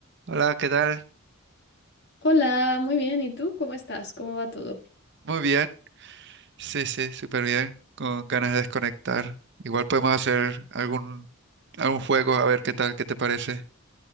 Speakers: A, on the right; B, on the left.
A: Hola, ¿qué tal?
B: Hola, muy bien. ¿Y tú cómo estás? ¿Cómo va todo?
A: Muy bien. Sí, sí, súper bien. Con ganas de desconectar. Igual podemos hacer algún, algún juego, a ver qué tal, qué te parece.